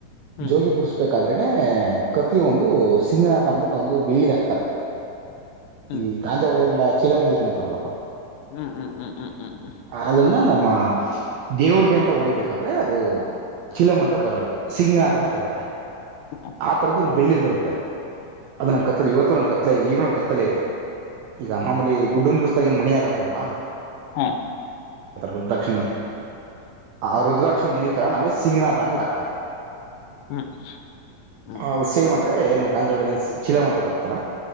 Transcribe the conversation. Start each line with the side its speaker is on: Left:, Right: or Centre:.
Left: ಹ್ಮ್
Right: ಜೋಗಿ ಬಿಡ್ಸ್ಬೇಕಾದ್ರೆ ಕತ್ತಗೆ ಒಂದು ಸಿಂಗನಂತ ಅನ್ಬಿಟ್ಟು ಒಂದು ಬೆಳ್ಳಿದ್ ಹಾಕ್ತಾರೆ
Left: ಹ್ಮ್
Right: ಈ ಗಾಂಜಾ ಒಡೆಯವರೆಲ್ಲಾ ಚೀರಮ್ಮದ ಯೂಸ್ ಮಾಡ್ತಾರಲ್ಲಪ್ಪಾ
Left: ಹ್ಮ್ ಹ್ಮ್ ಹ್ಮ್ ಹ್ಮ್ ಹ್ಮ್ ಹ್ಮ್
Right: ಅದನ್ನ ನಮ್ಮ ದೇವ್ರಗೆ ಅಂತ ಹೊಡಿಬೇಕಾದ್ರೆ ಅದು ಚಿಲಂ ಅಂತ ಬರಲ್ಲ ಸಿಂಗನಾಥ ತಂತ ಕರೀತಾರೆ
Left: ಹ್ಮ್ ಹ್ಮ್ ಹ್ಮ್
Right: ಆ ತರದು ಒಂದ್ ಬೆಳ್ಳಿದ್ ಬರುತ್ತೆ ಅದು ನಂಗೆ ಕತ್ತಲ ಇವತ್ತು ನಂಗೆ ಕತ್ಲಐತೆ ಈವ ನಂಗಗೆ ಕತ್ತಲ ಐತೆ ಈಗ ಮಾಮಲಿ ಗುಡ್ಡ ಬಡಿಸ್ದಾಗ ಏನ್ ಮನಿ ಆಗತಾರಲ್ವಾ
Left: ಹಾ
Right: ರುದ್ರಾಕ್ಷಿಮಣಿ ಆ ರುದ್ರಾಕ್ಷಿಮಣಿ ತರ ನಮ್ಗೆ ಸಿಂಗನಾಥ ಅಬಿಟ್ಟ ಹಾಕ್ತಾರೆ
Left: ಹ್ಮ್ ಹ್ಮ್
Right: ಹೌದು ಸೇಮ್ ಅಂದ್ರೆ ಏನು ಗಾಂಜವಾಡ ಚಲಂ ಅಂತ ಬರುತ್ತಲ್ಲ